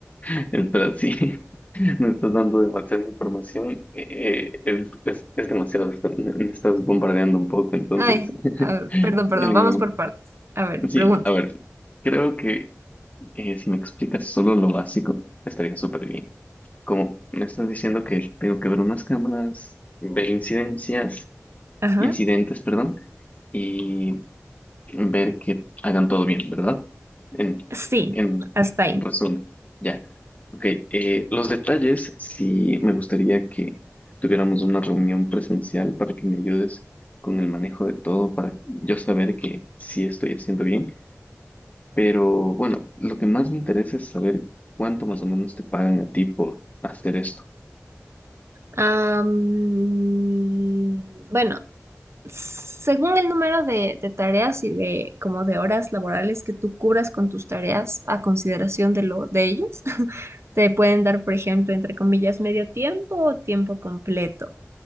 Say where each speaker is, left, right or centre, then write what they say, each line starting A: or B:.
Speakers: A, on the left; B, on the right.
A: <laughs> Eh, Pero sí, <laughs> me estás dando demasiada información, eh, es, es- es demasiado, está- me me estás bombardeando un poco, entonces.
B: Ay,
A: <laughs>
B: a ver, perdón, perdón,
A: Eh,
B: vamos por partes. A ver,
A: sí,
B: pregunta.
A: a ver, creo que eh, si me explicas solo lo básico, estaría súper bien. Como me estás diciendo que tengo que ver unas cámaras, ver incidencias,
B: Ajá.
A: incidentes, perdón, y ver que hagan todo bien, ¿verdad? En,
B: Sí,
A: en
B: hasta ahí.
A: resumen, ya. Ok, eh, los detalles, sí me gustaría que tuviéramos una reunión presencial para que me ayudes con el manejo de todo, para yo saber que sí estoy haciendo bien. Pero bueno, lo que más me interesa es saber cuánto más o menos te pagan a ti por hacer esto.
B: Am, bueno, Según el número de, de tareas y de como de horas laborales que tú cubras con tus tareas a consideración de lo de ellos, <laughs> te pueden dar, por ejemplo, entre comillas, medio tiempo o tiempo completo.